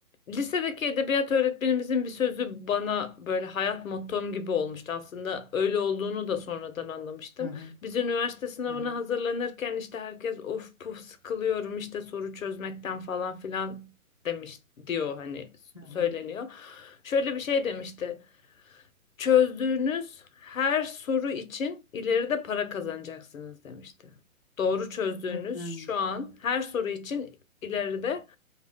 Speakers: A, on the left (about 65°); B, on the left (about 20°).
A: lisedeki edebiyat öğretmenimizin bir sözü bana böyle hayat mottom gibi olmuştu aslında. Öyle olduğunu da sonradan anlamıştım.
B: Hı hı.
A: Biz üniversite sınavına
B: Hı hı.
A: hazırlanırken işte herkes of puf sıkılıyorum işte soru çözmekten falan filan demiş diyor hani
B: Hı hı.
A: söyleniyor. Şöyle bir şey demişti. Çözdüğünüz her soru için ileride para kazanacaksınız demişti. Doğru çözdüğünüz
B: Hı hı.
A: şu an her soru için ileride